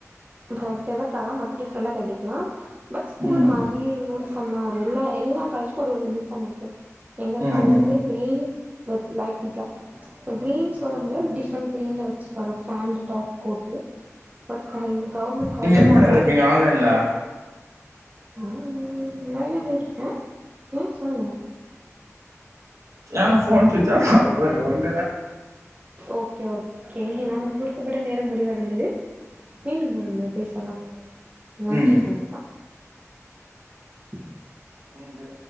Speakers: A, on the right; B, on the right.
A: பாத்தன தலா மட்டு டிஃப்ரெண்டா கட்டிக்கலா பட் ஸ்கூல்
B: ம்
A: மாதிரி யூனிஃப் பாம்தாவரு எல்லா எல்லா காலேஜுக்கும் ஒரு ஒரு யூனிஃபா ம்மிருக்கு எங்க
B: ம்
A: காலேஜுக்கு
B: ம் ம்
A: கிரீன் வித் லைட் பிங்கா கிரீன் சொல்ல முடியாது டிஃப்ரெண்ட் கிரீன்ல வச்சு வரு பாண்டு டாப் கோட்டு ஒர்க்க கவர்மெண்ட் காலேஜ்
B: நீங்க எத்தன மணி
A: ஸோ
B: வர இருப்பீங்க ஆன்லைன்ல
A: ஹ்ம்ம்ம் வயநாடு இருப்பே ம் சொல்லுங்க
B: யானா போன் சுச்ஆப் ஆவ போது ஒன்
A: ஓகே ஒக்கே நமக்கு கொடுக்கப்பட்ட நேரம் முடிவடைந்தது மீண்டும் ஒரு முரை பேசலாம் நன்றி
B: ம்
A: வணக்கம் <inaudible>
B: இங்யே